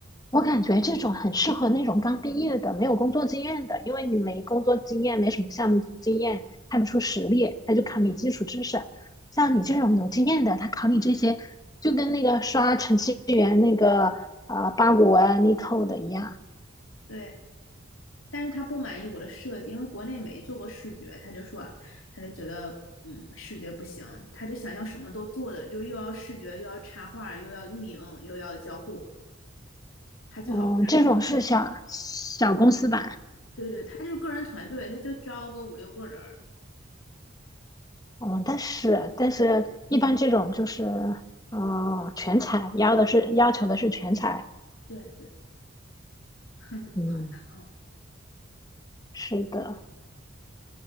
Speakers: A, on the left; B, on the left.
A: 我感觉这种很适合那种刚毕业的、没有工作经验的，因为你没工作经验，没什么项目经验，看不出实力，他就考你基础知识。像你这种有经验的，他考你这些，就跟那个刷程序员那个啊、呃八股文、力扣的一样。
B: 对，但是他不满意我的设计，因为国内没做过视觉，他就说，他就觉得，嗯，视觉不行，他就想要什么都做的，就又要视觉，又要插画，又要运营，又要交互，还最好，
A: 嗯，这种是小小公司吧？
B: 对对，他就是个人团队，他就招个五六个人儿，
A: 嗯，但是但是一般这种就是嗯、呃全才，要的是要求的是全才。
B: 对对，<laughs> 哼哼，
A: 嗯，
B: 好难哦，
A: 是的。